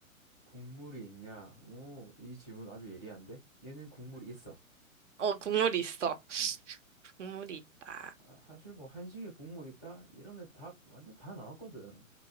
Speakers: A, in the centre; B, on the right.
A: 국물이 있냐? 오, 이 질문 아주 예리한데? 얘는 국물이 있어.
B: 어, 국물이 있어.
A: 음.
B: 국물이 있다.
A: 아, 사실 뭐 한식에 국물 있다? 이러면 답 완전 다 나왔거든.